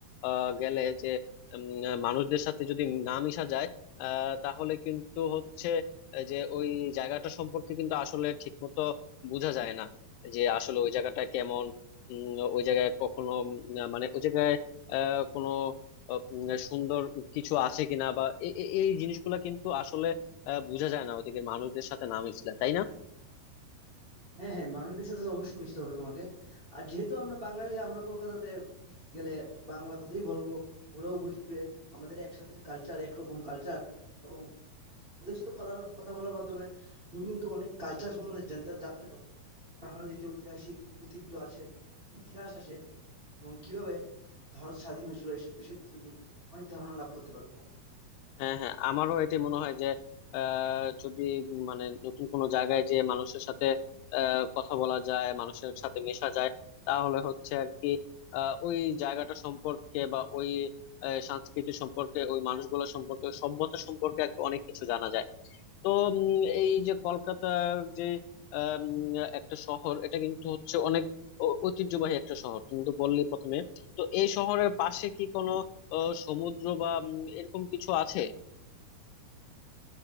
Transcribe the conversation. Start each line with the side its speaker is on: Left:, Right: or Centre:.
Left: আহ, গেলে যে উম, মানুষদের সাথে যদি না মিশা যায় আহ, তাহলে কিন্তু হচ্ছে যে ওই জায়গাটা সম্পর্কে কিন্তু আসলে ঠিক মতো বোঝা যায় না যে আসলে ওই জায়গাটা কেমন উম, ওই জায়গায় কখনো উম, মানে ওই জায়গায় আহ, কোনো আহ, উম, সুন্দর কিছু আছে কিনা বা এ- এ- এই জিনিসগুলা কিন্তু আসলে আহ, বোঝা যায় না ওদিকে মানুষদের সাথে না মিশলে তাই না
Right: হ্যাঁ হ্যাঁ মানুষদের সাথে তো অবশ্যই মিশতে হবে তোমাকে আর যেহেতু আমরা বাঙালি আমরা কলকাতাতে গেলে বাংলা কথাই বলবো ওরাও বুঝবে আমাদের একসাথে কালচার একরকম কালচার এবং ওদের সাথে কলার- কথা বলার মাধ্যমে তুমি কিন্তু অনেক কালচার সম্বন্ধে জানতে জানতে পারবে বাঙালির যে ঐতিহাসিক ঐতিহ্য আছে ইতিহাস আছে এবং কিভাবে ভারত স্বাধীন হয়েছিল এইসব বিষয়ে কিন্তু তুমি অনেক ধারণা লাভ করতে পারবে
Left: হ্যাঁ হ্যাঁ আমারও এটাই মনে হয় যে আহ, যদি মানে নতুন কোনো জায়গায় যে মানুষের সাথে আহ, কথা বলা যায় মানুষের সাথে মেশা যায় তাহলে হচ্ছে আর কি আহ, ওই জায়গাটা সম্পর্কে বা ওই আহ, সংস্কৃতি সম্পর্কে ওই মানুষগুলো সম্পর্কে ওই সভ্যতা সম্পর্কে আর কি অনেক কিছু জানা যায় তো উম, এই যে কলকাতার যে আহ, উম, একটা শহর এটা কিন্তু হচ্ছে অনেক ঐ- ঐতিহ্যবাহী একটা শহর তুমি তো বললি প্রথমে তো এই শহরের পাশে কি কোনো আহ, সমুদ্র বা উম, এরকম কিছু আছে